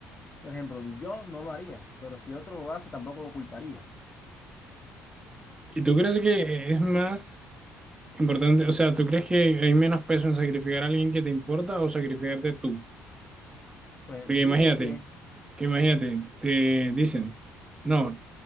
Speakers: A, on the left (about 25°); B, on the right (about 15°).
A: por ejemplo, yo no lo haría, pero si otro lo hace, tampoco lo culparía.
B: ¿Y tú crees que es más importante, o sea, tú crees que hay menos peso en sacrificar a alguien que te importa o sacrificarte tú?
A: Pues
B: Porque
A: yo
B: imagínate,
A: diría que
B: que imagínate, te dicen, no,